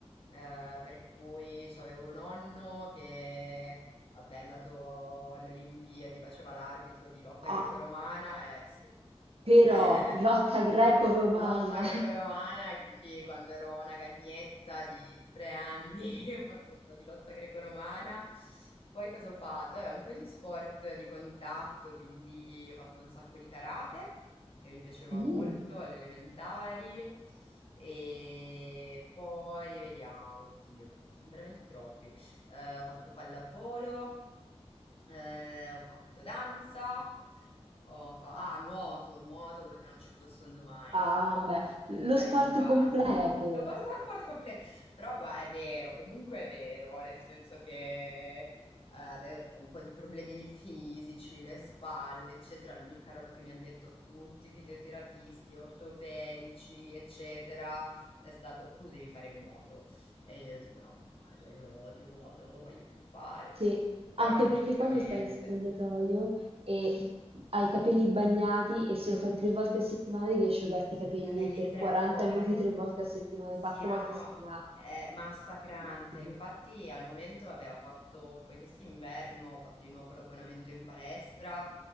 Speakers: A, on the left (about 60°); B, on the right (about 60°).
A: eh, per cui c'avevo un nonno che vabbè, è andato alle Olimpiadi, faceva l'arbitro di lotta
B: Ah.
A: greco-romana, eh sì.
B: Però
A: <laughs>
B: lotta greco-romana.
A: Lotta greco-romana e quindi quando ero una gagnetta di, di tre anni <laughs> ho fatto un po' di lotta greco-romana. Poi cosa ho fatto? Eh, un po' di sport di contatto, quindi ho fatto un sacco di karate, che mi piaceva
B: Mm.
A: molto, alle elementari. E poi vediamo, oddio, ne sono veramente troppi eh, ho fatto pallavolo, eh, ho fatto danza, ho fa- ah, nuoto, nuoto come se non ci fosse un domani
B: Ah,
A: per eh,
B: beh,
A: tutta
B: lo
A: l'infanzia.
B: sport completo.
A: <laughs> L'ho passato al sport completo, però gua- è vero, comunque è vero, nel senso che eh, adesso ho un po' di problemini fisici, le spalle, eccetera. L'unica roba che mi hanno detto tutti i fisioterapisti, ortopedici, eccetera, è stato tu devi fare nuoto. E io ero tipo, no, che palle, cioè, io lo odio, nuoto, non lo voglio più fare.
B: Sì,
A: Però
B: anche
A: effettivamente,
B: perché quando stai in spogliatoio e hai i capelli bagnati e se lo fai tre volte a settimana devi asciugarti i capelli
A: capelli
B: per
A: tre
B: 40
A: volte.
B: minuti tre volte a settimana,
A: Sì,
B: quattro
A: no,
B: volte
A: no,
B: a settimana.
A: è massacrante.
B: incubo.
A: Infatti al momento, vabbè, ho fatto poi quest'inverno, ho fatto di nuovo l'abbonamento in palestra